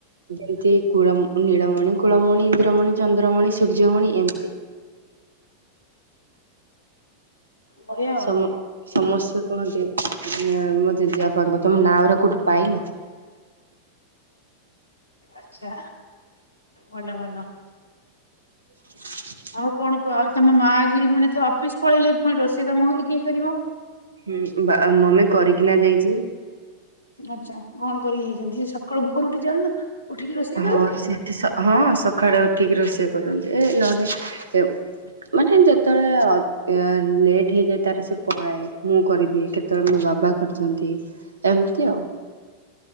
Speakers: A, on the right; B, on the left.
A: ଯେମତି କୁଳ ନୀଳମଣି କୁଳମଣି ଇନ୍ଦ୍ରମଣି ଚନ୍ଦ୍ରମଣି ସୂର୍ଯ୍ୟମଣି ଏମିତି।
B: ବଢିଆ
A: ସମ
B: ଆଉ
A: ସମସ୍ତେ କୁହନ୍ତି ମୋ ଜେଜେଆପାଙ୍କୁ ତମେ ନାଁଉରା କୋଉଠୁ ପାଇଲ?
B: ଆଛା ଭଲ ଭଲ।
A: <inaudible>
B: ଆଉ କଣ କୁହ ଆଉ ତମ ମା ଯିଏ ମାନେ ତ ଅଫିସ ପଳେଇଲେ ପୁଣି ରୋଷେଇ ତମ ଘରେ କିଏ କରିବ?
A: ହୁଁ ବା ମମି କରିକିନା ଯାଇଛି।
B: ଆଚ୍ଛା କଣ କରିକି ଯାଇଛନ୍ତି ସେ ସକାଳୁ ଭୋର ଉଠି ଯାଆନ୍ତି ଉଠିକି ରୋଷେଇ
A: ହଁ
B: କରନ୍ତି।
A: ସେଠି ସ ହଁ ସକାଳୁ ଉଠିକି ରୋଷେଇ କରନ୍ତି ଏ ନହେଲେ ମାନେ ଯେତେବେଳେ ଅ ଲେଟ୍ ହେଇଯାଏ ତାର ସେ ପଳାଏ ମୁଁ କରିଦିଏ କେତେବେଳେ ମୋ ବାବା କରୁଛନ୍ତି। ଏମିତି ଆଉ।